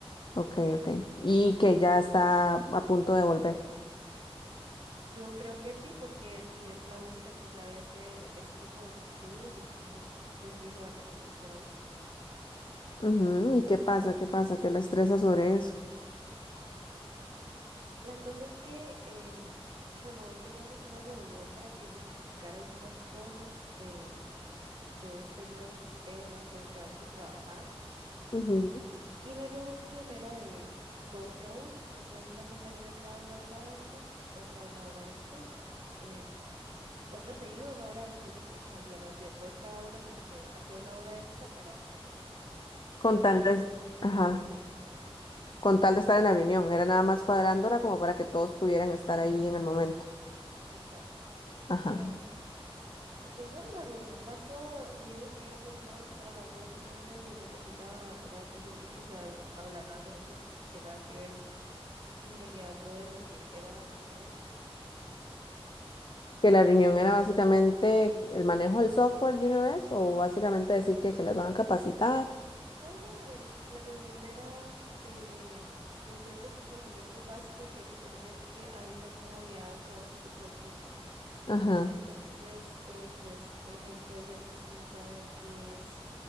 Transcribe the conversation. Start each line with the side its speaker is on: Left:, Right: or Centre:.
Left: Ok, ok. Y que ya está a punto de volver.
Right: Yo creo que sí, porque Di es la única que sabe hacer ese tipo de estudios, entonces de fijo va a tener que estar ahí.
Left: Ujú, ¿Y qué pasa? ¿Qué pasa? Que la estresa sobre eso.
Right: La cosa es que, em, bueno, hoy teníamos una reunión para que nos explicara algunas cosas de, de este nuevo sistema con el que vamos a trabajar.
Left: Ujú.
Right: Y, y la reunión era de doce a una Entonces, una compañera entraba una hora antes, otra una hora después. em, otra se iba una hora después de que salía más bien. Entonces, cada una como que hacía una hora extra para,
Left: Con
Right: pues,
Left: tal
Right: que
Left: de,
Right: ninguna se
Left: ajá,
Right: viera perjudicada.
Left: con tal de estar en la reunión, era nada más cuadrándola
Right: Ajá,
Left: como para que todos pudieran estar ahí en el momento.
Right: exacto.
Left: Ajá.
Right: Em, Y pues bueno, la reunión pasó, vimos que iba muy lento, eran las dos y media y no terminaba, ¿verdad? Yo sentí que se había- hablaban de muchas cosas que nada que ver y pues en realidad no de lo que era la reunión.
Left: Que la reunión era básicamente el manejo del software de una vez o básicamente decir que, que las van a capacitar.
Right: No, no, el, la reunión era de pues ciertos conocimientos básicos que hay que tener, es que ahí casi nadie ha usado este tipo de equipos.
Left: Ajá.
Right: Entonces, eh, pues, por ejemplo, ellas no saben qué es